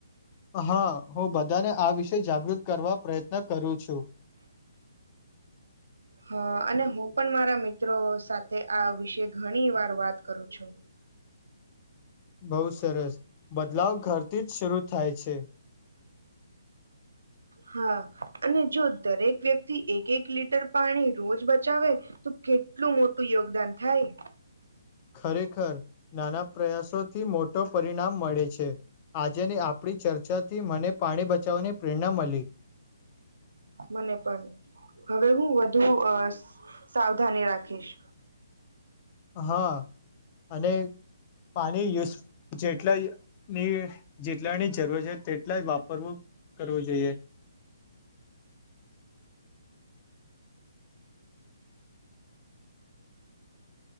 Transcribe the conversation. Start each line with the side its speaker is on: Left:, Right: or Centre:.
Left: હા હું બધાને આ વિશે જાગૃત કરવા પ્રયત્ન ન કરું છું
Right: હા અને હું પણ મારા મિત્રો સાથે આ વિષે ઘણી વાર વાત કરું છું
Left: બહુ સરસ બદલાવ ઘરથી જ શરૂ થાય છે
Right: હા અને જો દરેક વ્યક્તિ એક એક લીટર પાણી રોજ બચાવે તો કેટલું મોટું યોગદાન થાય
Left: ખરેખર નાના પ્રયાસોથી મોટો પરિણામ મળે છે આજેની આપ આપણી ચર્ચાથી મને પાણી બચાવવાની પ્રેરણા મળી
Right: મને પણ હવે હું વધુ સાવધાની રાખીશ
Left: હા અને પાણી યુઝ જેટલાની જેટલાની જરૂર છે તે એટલા જ વાપરવું કરવું જોઈએ